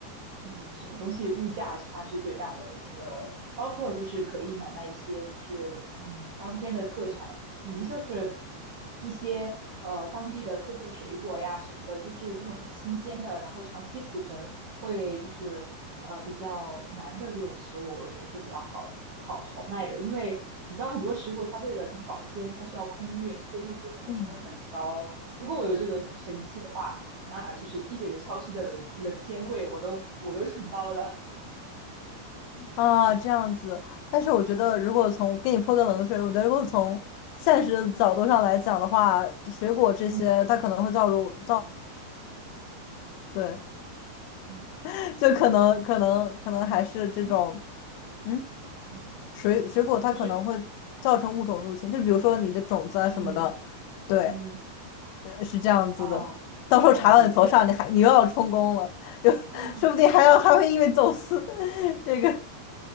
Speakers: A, on the right; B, on the left.
A: 嗯，什么东西物价差是最大的。我觉得，包括就是可以买卖一些就是嗯当天的特产，以及就是一些呃当地的特色水果呀什么的，就是这种很新鲜的，然后长期储存会就是呃比较难的这种食物，我觉得是比较好好好卖的，因为你知道很多食物它为了就是保鲜，它需要空运，这个运输成本真的很高。
B: 嗯，
A: 如果我有这个神器的话，那就是一整个超市的冷冷鲜柜我都我都承包了。
B: 啊，这样子。但是我觉得，
A: 嗯
B: 如果从给你泼个冷水，我觉得如果从现实的角度上来讲的话，
A: 嗯
B: 水果这些它可能会造入造，
A: 嗯
B: 对，
A: 嗯
B: <laughs> 就可能可能可能还是这种，
A: 嗯
B: 嗯，
A: 嗯，
B: 水水果它可能会造成物种入侵，
A: 就是
B: 就比如说你的种子啊什么的，
A: 嗯
B: 对。
A: 嗯，
B: 呃是这样子的。
A: 哦哦理解了，
B: 到时候查到你头上，你还你又要充公了，又说不定还要还会因为走私
A: <laughs>
B: <laughs>，这个